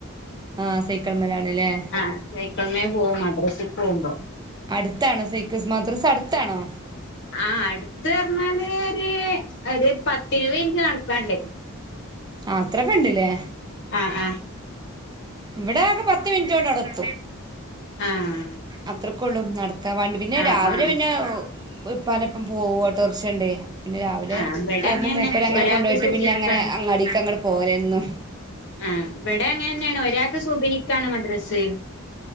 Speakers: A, on the right; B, on the left.
A: ആ സൈക്കിൾ മലാണല്ലേ
B: ആ സൈക്കിളമേ പോക മദ്രസിൽ പോവുമ്പോ
A: അടുത്താണോ സിക്ക് സ് മദ്രസ് അടുത്താണോ?
B: ആ അടുത്ത് പറഞ്ഞാല് ഒരു പത്തിരുപത് മിനിറ്റ് നടക്കായുണ്ട്.
A: അത്രക്ക് ഉണ്ടില്ലേ.
B: ആ ആ.
A: ഇവിടെ ഒക്കെ പത്ത് മിനിറ്റ് കൊണ്ട് അവിടെത്തു
B: ആഹ്
A: അത്രക്ക് യുള്ളൂ. നടക്കാൻ വേണ്ടി പിന്നെ
B: ആഹ്
A: രാവിലെ
B: ആഹ്
A: പിന്നെ ഇപ്പാൻ്റൊപ്പം പോവും ഒട്ടോറിക്ഷ ഉണ്ട്. പിന്നെ രാവിലെ
B: ആഹ് ഇവിടെ
A: പോകുമ്പോ
B: അങ്ങനെന്നെ
A: മുപ്പര് അങ്ങനെ
B: ഒരാൾക്ക്
A: കൊണ്ടു പോയിട്ട്
B: സുബഹിക്കാണ്
A: പിന്നെ അങ്ങനെ അങ്ങാടിക്ക് അങ്ങട് പോകല എന്നും.
B: ആ ഇവിടെ അങ്ങനെതന്നെയാണ് ഒരാൾക്ക് സൂഫയിക്കാണ് മദ്രസ്സ്.